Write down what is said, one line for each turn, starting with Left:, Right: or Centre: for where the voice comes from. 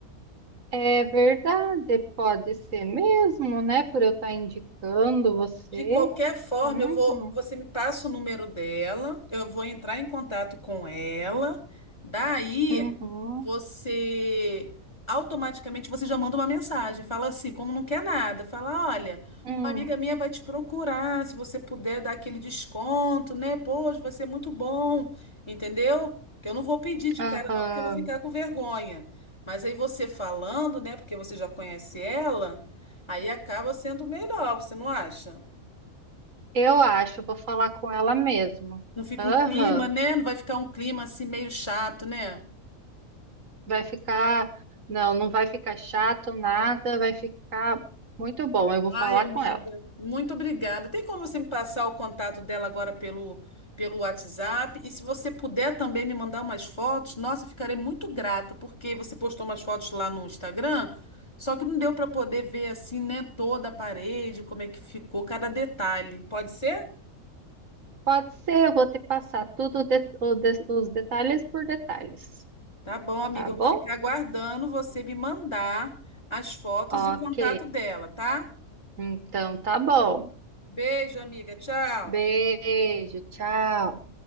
Right: é verdade, pode ser mesmo, né? Por eu estar indicando você.
Left: De qualquer forma,
Right: Uhum,
Left: eu vou, você me passa o número dela, eu vou entrar em contato com ela. Daí,
Right: uhum.
Left: você automaticamente você já manda uma mensagem, fala assim, como não quer nada, fala, olha,
Right: Hum,
Left: uma amiga minha vai te procurar, se você puder dar aquele desconto, né? Poxa, vai ser muito bom, entendeu? Que eu não vou pedir de
Right: aham.
Left: cara não, porque eu vou ficar com vergonha. Mas aí você falando, né, porque você já conhece ela, aí acaba sendo melhor, você não acha?
Right: Eu acho, vou falar com ela mesmo.
Left: Não fica
Right: Aham.
Left: um clima, né? Não vai ficar um clima assim meio chato, né?
Right: Vai ficar. Não, não vai ficar chato, nada, vai ficar muito bom. Eu vou
Left: Ai,
Right: falar
Left: amiga,
Right: com ela.
Left: muito obrigada. Tem como você me passar o contato dela agora pelo, pelo WhatsApp? E se você puder também me mandar umas fotos, nossa, eu ficarei muito grata, porque você postou umas fotos lá no Instagram, só que não deu para poder ver assim, né, toda a parede, como é que ficou cada detalhe. Pode ser?
Right: Pode ser, eu vou te passar tudo de- o de- os detalhes por detalhes.
Left: Tá bom, amiga,
Right: Tá
Left: eu
Right: bom?
Left: vou ficar aguardando você me mandar as fotos
Right: Ok.
Left: e o contato dela, tá?
Right: Então tá bom.
Left: Beijo, amiga. Tchau.
Right: Beijo, tchau.